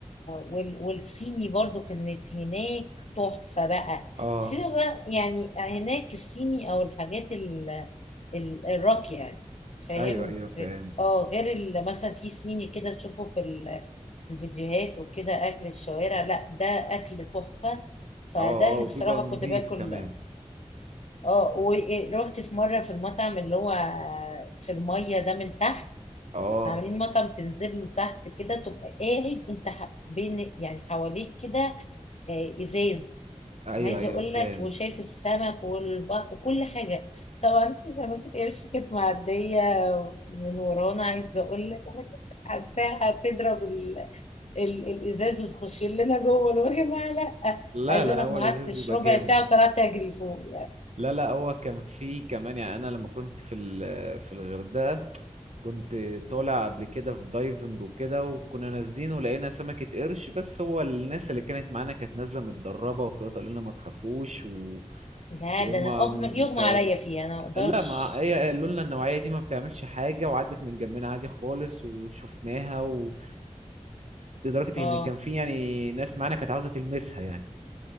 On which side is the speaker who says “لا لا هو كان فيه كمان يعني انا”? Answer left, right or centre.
Right